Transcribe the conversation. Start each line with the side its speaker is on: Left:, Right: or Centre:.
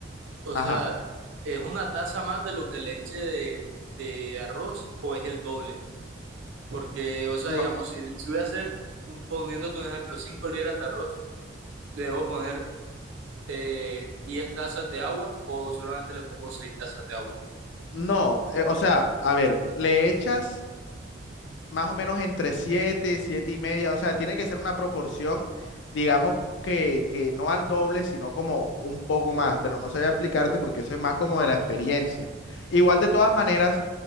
Right: O
Left: ajá.
Right: sea, ¿es una taza más de lo que le eche de, de arroz o es el doble? Porque, o sea,
Left: No,
Right: digamos, si, si voy a hacer, un, poniéndote un ejemplo, 5 libras de arroz, le debo poner eh, 10 tazas de agua o solamente le pongo 6 tazas de agua.
Left: no, eh, o sea, a ver, le echas, más o menos entre 7 7 y media, o sea, tiene que ser una proporción, digamos que, que no al doble, sino como un poco más, pero no sabía explicarte porque eso es más como de la experiencia. Igual de todas maneras,